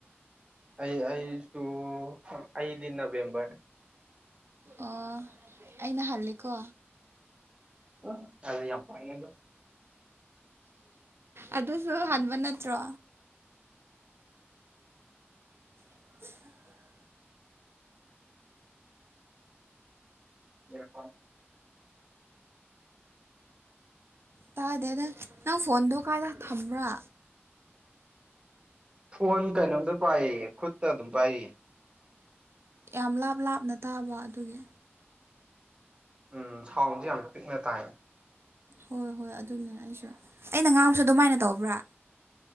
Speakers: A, on the right; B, on the right.
A: ꯑꯩ ꯑꯩꯁꯨ ꯑꯩꯗꯤ ꯅꯕꯦꯝꯕꯔ
B: ꯑꯣ ꯑꯩꯅꯍꯜꯂꯦꯀꯣ
A: ꯎ ꯌꯥꯝ ꯐꯥꯏ
B: ꯑꯗꯨꯁꯨ ꯍꯟꯥꯟꯕ ꯅꯠꯇ꯭ꯔꯣ <unintelligible>
A: ꯌꯦꯦꯜꯄꯝ
B: ꯇꯥꯗꯦ ꯑꯗꯨꯗ ꯅꯪ ꯐꯣꯟꯗꯣ ꯀꯥꯏꯗ ꯊꯝꯕ꯭ꯔꯥ
A: ꯐꯣꯟ ꯀꯩꯅꯣꯝꯇ ꯄꯥꯏꯔꯤꯌꯦ ꯈꯨꯠꯇ ꯑꯗꯨꯝ ꯄꯥꯏꯔꯤꯌꯦ
B: ꯌꯥꯝ ꯂꯥꯞ ꯂꯥꯞꯅ ꯇꯥꯕ ꯑꯗꯨꯒꯤ
A: ꯎꯝ ꯁꯥꯎꯟꯁꯦ ꯌꯥꯝ ꯄꯤꯛꯅ ꯇꯥꯏ
B: ꯍꯣꯏ ꯍꯣꯏ ꯑꯗꯨꯅꯤꯅ ꯑꯩꯁꯨ ꯑꯩꯅ ꯉꯥꯡꯕꯁꯨ ꯑꯗꯨꯃꯥꯏꯅ ꯇꯧꯕ꯭ꯔꯥ